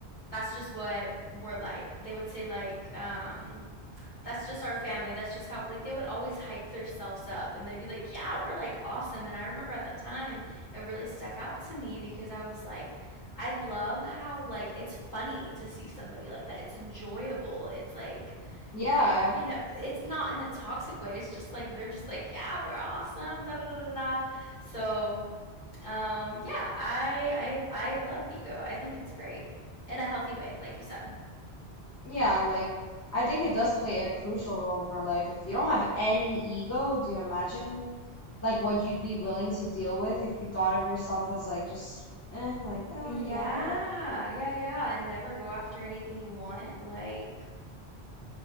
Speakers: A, on the left (about 35°); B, on the left (about 15°).
A: that's just what we're like. They would say like um that's just our family. That's just how like they would always hype themselves up and they'd be like, "Yeah, we're like awesome." And I remember at that time, it really stuck out to me because I was like, I love how like it's funny to see somebody like that. It's enjoyable. It's like,
B: Yeah.
A: you know, it's not in a toxic way. It's just like they're just like, "Yeah, we're awesome." Da da da da. da." So, um yeah, I I I love ego. I think it's great in a healthy way, like you said.
B: Yeah, like I think it does play a crucial role in our life. If you don't have any ego, do you imagine like what you'd be willing to deal with if you thought of yourself as like just eh, like oh
A: Yeah,
B: yeah, I'm whatever.
A: yeah, yeah, and never go after anything you want. Like,